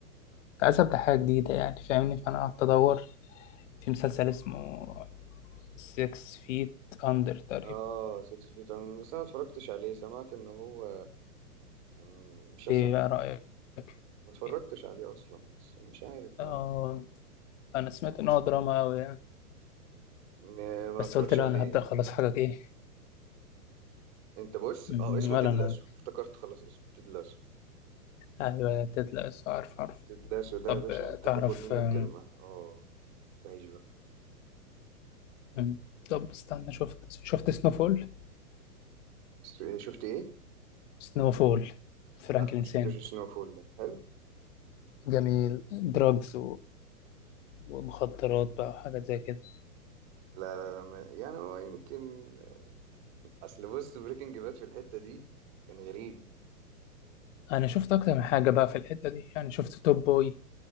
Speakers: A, on the left (about 50°); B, on the right (about 45°).
A: كنت عايز أبدأ حاجة جديدة يعني فاهمني فأنا قعدت أدور في مسلسل اسمه 6 feet under تقريبا
B: اه 6 فيت انا بس انا ما اتفرجتش عليه سمعت ان هو يعني مش احسن
A: إيه بقى
B: حاجة
A: رأيك
B: ما اتفرجتش
A: فيه؟
B: عليه اصلا بس مش عارف بقى
A: آه أنا سمعت إن هو دراما أوي يعني
B: ما, ما
A: بس
B: اتفرجش
A: قلت لا
B: عليه
A: أنا هبدأ خلاص حاجة إيه
B: انت بص
A: م-
B: اه اسمه
A: ولا
B: تيد
A: أنا
B: لاسو افتكرت خلاص اسمه تيد لاسو
A: أيوة تطلع عارف عارف
B: تيد لاسو ده
A: طب
B: يا باشا
A: آه،
B: انت
A: تعرف
B: تاخد مني
A: آم،
B: الكلمة اه تعيش بقى
A: مم، طب استنى شفت شفت سنوفول
B: س- شفت ايه
A: سنوفول فرانكلين
B: لا ما شفتوش
A: سين
B: سنو فول ده حلو
A: جميل دراجز ومخدرات بقى وحاجات زي كده
B: لا لا لا ما يعني هو يمكن آه، اصل بص بريكنج باد في الحتة دي كان غريب
A: انا شفت اكتر من حاجه بقى في الحته دي يعني شفت توب بوي